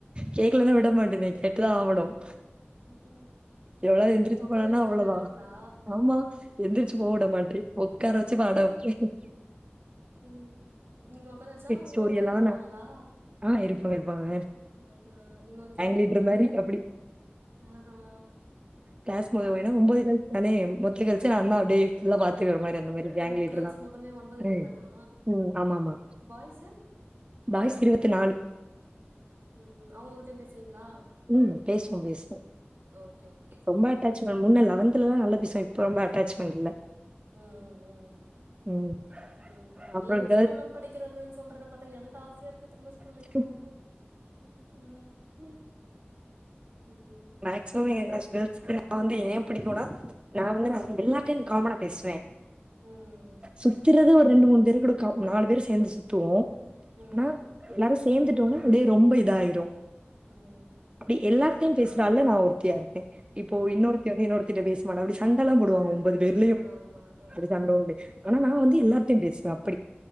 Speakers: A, on the right; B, on the right.
A: கேக்கலன்னா விட மாட்டனே கேட்டுதான் ஆவணும்
B: ம் ம்
A: எவளாவது
B: ஓ
A: எந்திரிச்சு
B: நீங்க உக்கார
A: போனான்னா
B: வச்சு
A: அவளதான்
B: பாட வைப்பீங்களா
A: ஆமா எந்திரிச்சு போ உட மாட்டேன் உக்கார வெச்சு
B: ம்
A: பாட வப்பேன்
B: ம் நீங்க உக்கார வெச்சா அவங்களும்
A: ஸ்டோரி
B: உக்கார
A: எல்லாம்
B: வந்துருவாங்களா
A: நான் ஆ இருப்பாங்க இருப்பாங்க
B: அ அ நீங்க ஒரு கேங்
A: லீடர்
B: போல இருக்கு
A: மாரி அப்படி.
B: அ அ
A: கிளாஸ் முத போயி ஒம்போதே கால்க்கு தானே மொத்த கேள்ஸ்யும் நா தான்
B: ம்
A: அப்டியே ஃபுல்லா பாத்துக்கற மாறி அந்த மாறி கேங்
B: ஓ
A: லீடரு
B: கேர்ள்ஸ்
A: தான்
B: மொத்தமே ஒன்பது பேர்
A: ம்
B: தானா
A: ம் ஆமா ஆமா
B: பாய்ஸு
A: பாய்ஸ் இருவத்தி நாலு
B: ம் அவங்ககிட்டயும் பேசுவீங்களா
A: ம் பேசுவோம் பேசுவோம்
B: ம் ஓகே ஓகே
A: ரொம்ப
B: ம்
A: அட்டாச்
B: ம்
A: வே முன்ன லவன்த் தா நல்லா பேசுவோம் இப்ப ரொம்ப அட்டாச்மெண்ட் இல்ல
B: ம் ம் ம்
A: ம்
B: ம்
A: அப்புறம்
B: நீங்க ஸ்கூல்லாம் படிக்கிறதுன்னு சொல்றத பாத்தா எனக்கு ஆசையா இருக்கு திரும்ப ஸ்கூல் லைஃப்
A: கேர்ள்ஸ்லாம்
B: போணும்ன்னு ம் ம் ம்
A: மேக்சிமம் என் கிளாஸ் கேள்ஸ்க்கு நா வந்து ஏன் புடிக்கும்னா நா வந்து நா எல்லார் கிட்டயும் காமனா பேசுவேன்
B: ம்
A: சுத்திறது ஒரு ரெண்டு மூணு பேரு கூட கா நாலு பேர் சேந்து சுத்துவோம்
B: ம்
A: ஆனா எல்லாரு சேந்துட்டோனே அப்டியே ரொம்ப இதாயிரும்
B: ம்
A: அப்டி எல்லார்டயும் பேசுற ஆள்ல நா ஒருத்தியா இருப்பேன் இப்போ
B: ம்
A: இன்னொரு இன்னொருத்திட்ட பேசமாட்டா அப்டி சண்டல்லா போடுவாங்க ஒம்பது பேர் ல்லியூம்
B: ஆமா ஆ
A: அப்டி சண்ட உண்டு ஆனா நா வந்து
B: ம்
A: எல்லார்டயும் பேசுவேன் அப்டி